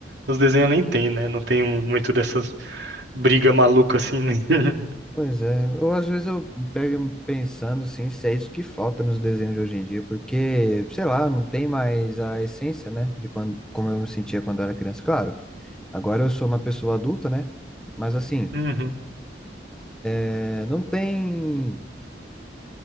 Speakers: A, on the right; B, in the centre.
A: os desenhos nem tem, né? Não tem muito dessas briga maluca assim, né? <laughs>
B: Pois é, eu às vezes eu pego pensando assim, se é isso que falta nos desenhos de hoje em dia, porque, sei lá, não tem mais a essência, né, de quando, como eu me sentia quando eu era criança. Claro, agora eu sou uma pessoa adulta, né, mas assim,
A: Uhum.
B: é, não tem,